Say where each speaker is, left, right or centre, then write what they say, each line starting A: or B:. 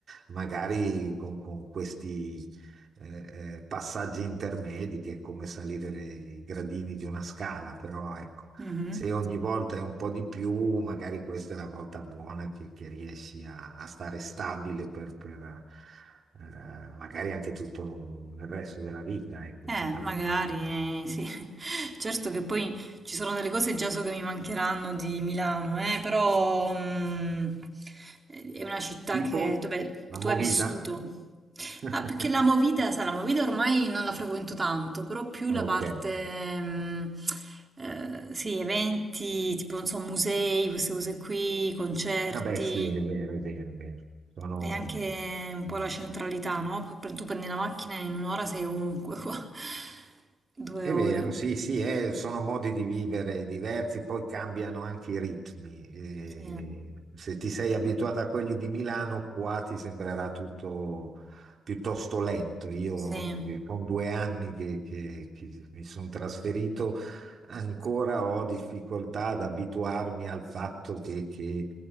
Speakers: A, on the right; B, on the right.
A: magari con, con questi eh, eh, passaggi intermedi che è come salire le- i gradini di una scala, però ecco,
B: mhm.
A: se ogni volta è un po' di più, magari questa è la volta buona che, che riesci a, a stare stabile per per- eh, magari anche tutto il resto della vita, ecco,
B: Eh,
A: fondamentalmente.
B: magari, eh, sì. <laughs> Certo che poi ci sono delle cose già so che mi mancheranno di Milano, eh, però mm, è una città
A: Tipo
B: che, vabbè,
A: la
B: tu
A: movida?
B: hai vissuto.
A: <laughs>
B: Ah, perché la Movida, sai, la Movida ormai non la frequento tanto, però più
A: Ok,
B: la parte, mm, eh, sì, eventi, tipo, non so, musei, queste cose qui, concerti.
A: vabbè, sì, è vero, è vero, è vero. Sono...
B: E anche un po'
A: mm.
B: la centralità, no? P- Tu prendi la macchina e in un'ora sei ovunque qua. <laughs> Due
A: È
B: ore.
A: vero, sì, sì, eh, sono modi di vivere diversi, poi cambiano anche i ritmi. eh,
B: Sì,
A: se ti sei abituato a quelli di Milano, qua ti sembrerà tutto piuttosto lento. Io
B: sì,
A: so che con due anni che, che- che mi sono trasferito, ancora ho difficoltà ad abituarmi al fatto che, che